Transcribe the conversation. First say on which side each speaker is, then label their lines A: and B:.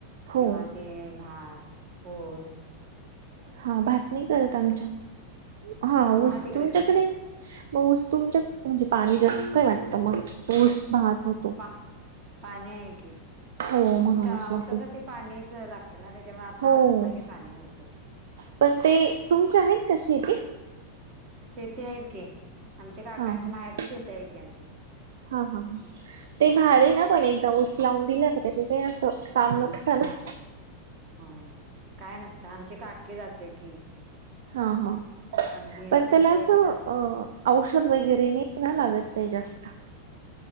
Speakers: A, on the right (about 60°); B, on the right (about 40°).
A: हो
B: किंवा ते भात हो..
A: हा भात नाही करत आमच्यात हा ऊस,
B: भात इकडे
A: तुमच्याकडे?
B: करतात
A: मग ऊस तुमच्या म्हणजे पाणी जास्त वाटतं मग ऊस, भात होत
B: पा पाणी आहे की.
A: हो म्हणूनच
B: ऊसा
A: मग
B: ऊसासाठी
A: ते
B: पाणीच लागतं ना त्याच्यामुळे आता
A: हो
B: आहे पाणी भरपूर.
A: पण ते तुमच्या आहेत का शेतीत?
B: शेती आहेत की आमच्या काकांची
A: हा हा
B: माहेरची शेती आहे की आमची.
A: हा हा ह ते
B: हा
A: भार आहे ना पण एकदा ऊस लावून दिला त्याच ते असं काम नसत ना.
B: होय काय नसतं आमची काकी जाते की
A: हा हा
B: आमची
A: पण
B: सुलती
A: त्याला असं
B: आहे ते जाते.
A: अ औषध वगैरे नाही ना लागत जास्त.